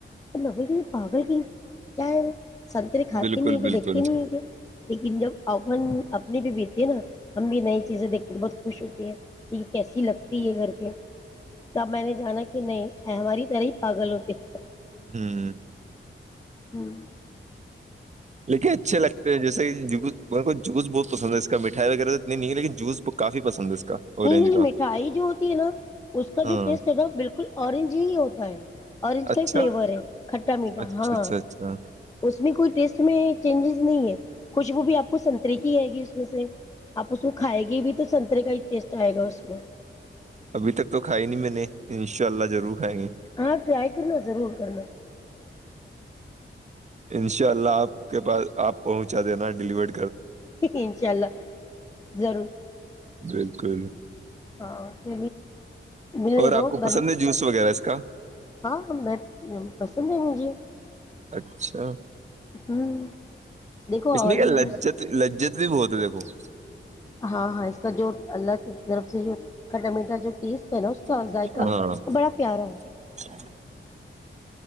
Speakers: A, on the left; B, on the right.
A: تو مبل جی پاگل کیئی کیا ہے وہ سنتریے کھاتے
B: بالکل
A: نہیں ہے کہ
B: بالکل
A: دیکھتے نہیں ہے کہ لیکن جب اوون اپنی بھی بیتی ہے نا ہم بھی نئی چیزیں دیکھتے بہت خوش ہوتی ہیں کہ یہ کیسی لگتی ہے گھر پہ تب میں نے جانا کہ نہیں ہماری طرح پاگل ہوتے اچھا
B: ہاں
A: ہوں
B: لیکن اچھے لگتے ہیں جیسے کہ جوس بہت پسند ہے اس کا مٹھائی وغیرہ ات نہیں ہے لیکن جوس کاف پسند ہے اس کا اورینج
A: نہیں نہیں یہ
B: کا
A: مٹھائی جو ہوتی ہے نا اس کا
B: ہاں
A: جو ٹیسٹ ہےگا بالکل اورنج ہی ہو پرائم اورنج کا
B: اچھا
A: فلیور ہے کھٹا میٹھا
B: اچھا
A: ہاں
B: اچھا اچھا
A: اس میں کوئی ٹیسٹ میں چینجز نہیں ہے خوشبو بھی آپ کو سنترے کی ہےئے گی اس میں سے آپ اس کو کھائے گی بھی تو تو سنترے کا ہی ٹیسٹ آئے گا اس میں
B: ابھی تک تو کھائی نہیں میں نے ان شاء اللہ ضرور کھائیں گے
A: ہاں ٹرائی کر لو ضرور کر لو
B: انشاء اللہ آپ کے پاس آپ پہنچا دینا ڈیلیور
A: انشاء اللہ ضرور
B: بالکل
A: ہاں ملنے
B: اور
A: دو
B: آپ کو
A: برم
B: پسند ہے جوس وغیرہ اس کا
A: ہاں پسند ہے مجھے
B: اچھا
A: ہوں دیکھو
B: اس
A: اورنج
B: میں کیا لجت
A: جوس
B: لجت بھی بہت ہے دیکھو <unintelligible> <unintelligible>
A: ہاں ہاں اس کا جو اللہ کی طرف سے جو کاٹمیٹا جو ٹیسٹ ہے نا اس <unintelligible> کا
B: ہاں
A: ذائقا
B: اور
A: وہ بڑا پیارا ہے
B: <inaudible>